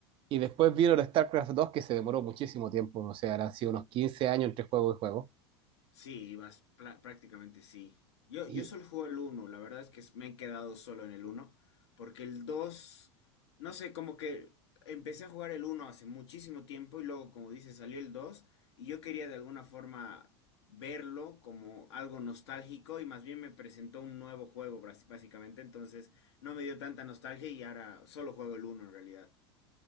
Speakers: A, on the right; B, on the left.
A: Y después vino el StarCraft dos que se demoró muchísimo tiempo. O sea, han sido unos 15 años entre juego y juego.
B: Sí, vas, pla- prácticamente sí. Yo,
A: Y
B: yo solo juego el uno, la verdad es que me he quedado solo en el uno porque el 2 no sé, como que empecé a jugar el uno hace muchísimo tiempo y luego, como dices, salió el 2 y yo quería de alguna forma verlo como algo nostálgico y más bien me presentó un nuevo juego, bras- básicamente, entonces no me dio tanta nostalgia y ahora solo juego el uno en realidad.